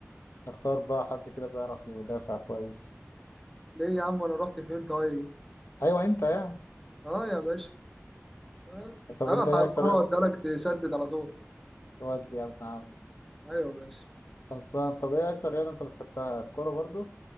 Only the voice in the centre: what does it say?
ليه يا عم انا رحت فين طيب
اه يا باشا آه،
اقطع
الكرة
واديها لك تسدد على طول
ايوه ماشي